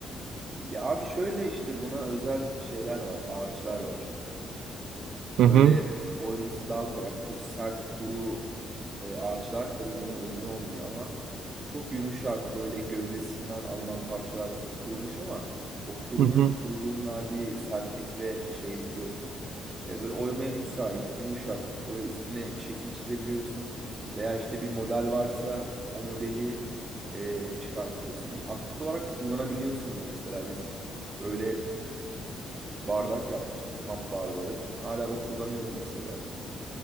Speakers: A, on the right; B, on the right.
A: Ya abi şöyle işte buna özel şeyler var. Ağaçlar var.
B: Hı
A: Böyle
B: hı.
A: oyması daha kolay. Çok sert kuru e, ağaçlar tabii buna uygun olmuyor ama çok yumuşak böyle gövdesinden alınan parçalar mesela kurumuş ama o kurunun
B: Hı hı.
A: kuruluğun verdiği sertlik ve şeylik yok. E, böyle oymaya müsait, yumuşak. Böyle üstüne şekil çizebiliyorsun. Veya işte bir model varsa o modeli e, çıkartıyorsun. Aktif olarak kullanabiliyorsun da mesela biz böyle bardak yapmıştık kamp bardağı. Hala da kullanıyorum mesela.